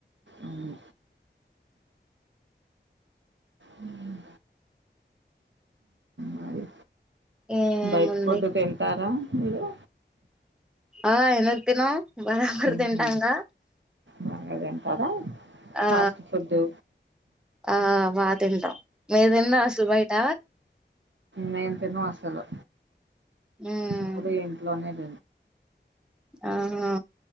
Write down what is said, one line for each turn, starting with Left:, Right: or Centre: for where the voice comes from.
Right: అవును. హ్మ్మ్ మరి
Centre: ఏముంది
Right: బయట ఫుడ్ తింటారా ఇలో
Centre: ఆ ఎందుకు తినం బరాబర్
Right: హుహు.
Centre: తింటాంగా
Right: బాగా తింటారా?
Centre: ఆ
Right: ఫాస్ట్ ఫుడ్డు.
Centre: ఆ వా తింటాం ఏదన్న అసలు బయట
Right: నేను తిన్నసలు
Centre: మ్మ్
Right: ఎప్పుడు ఇంట్లోనేద
Centre: ఆహా